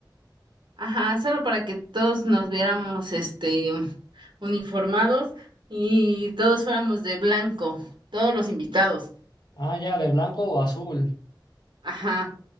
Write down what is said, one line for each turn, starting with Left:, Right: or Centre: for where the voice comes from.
Right: Ajá, solo para que todos nos viéramos este uniformados y todos fuéramos de blanco, todos los invitados.
Left: ah, ya, de blanco o azul.
Right: Ajá.